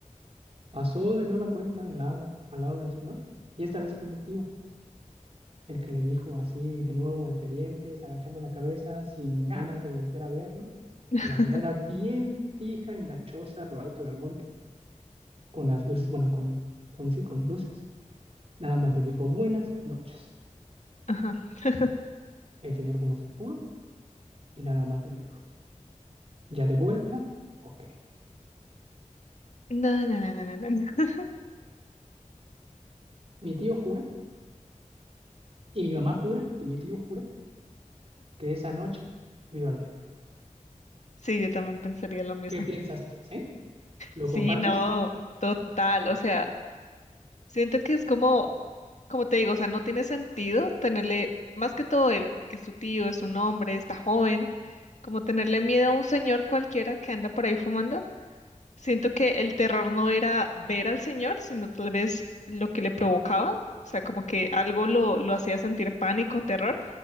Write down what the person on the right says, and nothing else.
Pasó de nueva cuenta de lado al lado del señor, y esta vez fue mi tío, el que le dijo así de nuevo entre dientes, agachando la cabeza, sin ganas de voltear a verlo,
con la mirada bien fija en la choza a lo alto del monte, con las luces, bueno, con, con sí, con luces. Nada más le dijo buenas noches.
El señor fumó su puro y nada más le dijo, ¿ya de vuelta? Ok.
Mi tío jura, y mi mamá jura, que mi tío jura, que esa noche vio al diablo.
¿Qué piensas tú, eh? ¿Lo
compartes?